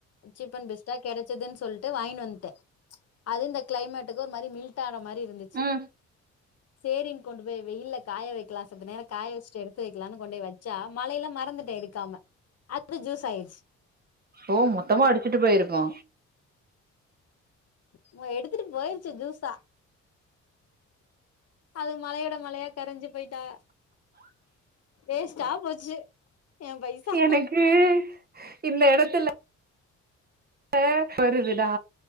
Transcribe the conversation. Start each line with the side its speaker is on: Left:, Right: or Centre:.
Left: சீப் அண் பெஸ்டா கெடைச் ச்சதுனு சொல்ட்டு வாய்னு வன்டே அது இந்த க்ளைமேட் க்கு ஒரு மாரி மில்ட் ஆன மாரி இருந்துச்சு
Right: ம்
Left: சேரின் கொண்டு போய் வெயில்ல காய வைக்கலா செத்த நேர காய வச்சுட்டு எடுத்து வைக்கலான் கொண்டு வச்சா மழையல மறந்துட்டே எடுக்காம அது ஜூஸ்சா ஆயிச்சு
Right: ஓ மொத்தமா அடிச்சுட்டு போயிருக்கோ
Left: மோ எடுத்துட்டு போயிருச்சு ஜூஸா அது மழயோட மழயா கரஞ்சு போயிட்டாக வேஸ்ட்டா போச்சு என் பைசா
Right: எனக்கு இந்த எடத்துல அ ஒரு விடா